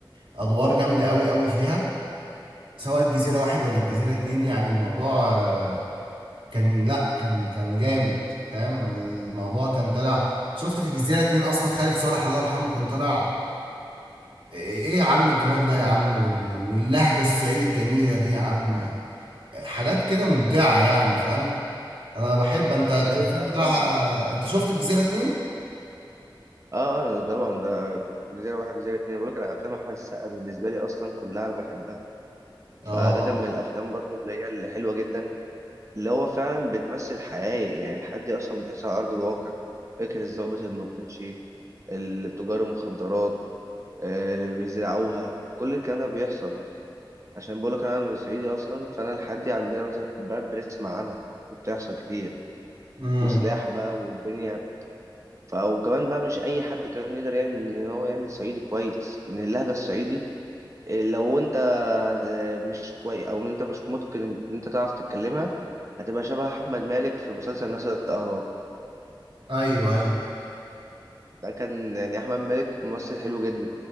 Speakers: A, on the right (about 75°); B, on the right (about 35°).
A: أدوار جامدة أوي أوي فيها سواء الجزيرة واحد ولا
B: مم.
A: الجزيرة اتنين يعني الموضوع آه، كان لأ كان كان جامد فاهم الموضوع كان طالع شفت في الجزيرة اتنين أصلا خالد صالح الله يرحمه كان طالع إيه يا عم الجمال ده يا عم وال- واللهجة الصعيدي الجميلة دي يا عم حاجات كده ممتعة يعني فاهم أنا بحب أنت أنت
B: ايوه
A: الفيلم
B: لا
A: ده
B: طبعا
A: آه، أنت شفت الجزيرة اتنين؟
B: اه آه، طبعا ده جزيره واحد جزيره اتنين بقول لك انا افلام احمد السقا بالنسبه لي اصلا كلها بحبها فده
A: آه
B: كان من الافلام برضو اللي هي اللي حلوه جدا اللي هو فعلا بتمثل حياه يعني الحياه دي اصلا بتحصل على ارض الواقع فكره الضابط المرتشي التجار المخدرات آه، اللي بيزرعوها كل الكلام ده بيحصل عشان بقول لك انا من صعيدي اصلا فانا الحياه دي عندنا مثلا في البلد بنسمع عنها وبتحصل كتير
A: امم
B: وسلاح بقى والدنيا ف- وكمان بقى مش اي حد كان يقدر يعني ان هو يعمل صعيدي كويس ان اللهجه الصعيدي آه، لو انت آه، مش كويس او انت مش متقن ان انت تعرف تتكلمها هتبقى شبه احمد مالك في مسلسل نسل الاغراب
A: ايوه ايوه
B: ده كان يعني احمد مالك ممثل حلو جدا